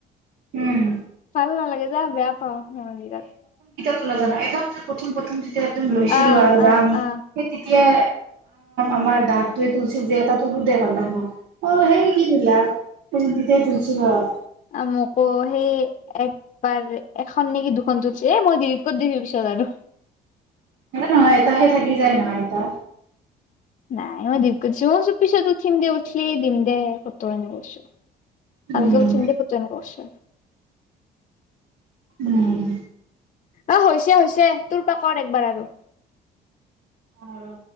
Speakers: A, on the right; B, on the left.
A: উম।
B: ভাল নালাগে যা বেয়া পাওঁ মই বিৰাট।
A: চলে যানা একদম যে প্ৰথম প্ৰথম এতিয়া একদম লৈছিলোঁ
B: আহ
A: আৰু যাম,
B: আহ আহ
A: সেই এতিয়া আমাৰ দাতয়ে তুলছিল যে এ তুলো দে ভাল লাগবো। অ', সেই <unintelligible> সেই তুলছিলোঁ আ
B: অ', মোকো সেই একবাৰ এখন নেকি দুখন তুলছি এ মই ডিলিট কৰি দিছোঁ পিছত আৰু।
A: সে নহয়, এটাহে থাকি যায় নহয়, এটা।
B: নাই, মই ডিলিট কৰি দিছোঁ, মই পিছত উঠিম দে উঠি এ দিম দে ফটো এনেকে কৈছো। ভালকে
A: উম।
B: <unintelligible>
A: উম।
B: অহ, হৈছে হৈছে, তোৰ পা কৰ একবাৰ আৰু।
A: অ', ৰ'।